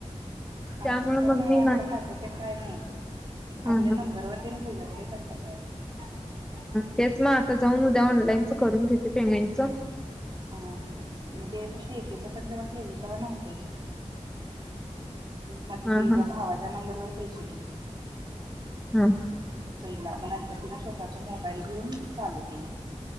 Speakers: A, on the right; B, in the centre.
A: हा
B: त्यामुळे
A: तच काही
B: मग
A: नाही
B: मी
A: आपल्या खात्या काय नाही
B: हां,
A: आपल्या
B: हां,
A: नंबरवर कन स्ूडल ते करकड <unintelligible>
B: त्या मग आता जाऊन उद्या ऑनलाईनचं करून घेते. पेमेंटच
A: हा मग ते पीजीच पण जेव्हा केले तेव्हा नव्हतेच मग
B: हां,
A: तेझ्या
B: हां,
A: भावाच्या नंबरवर क शगे
B: हा
A: पहिला मग नंतर तिनं स्वतःच मोबाईल घेऊन चालू केली.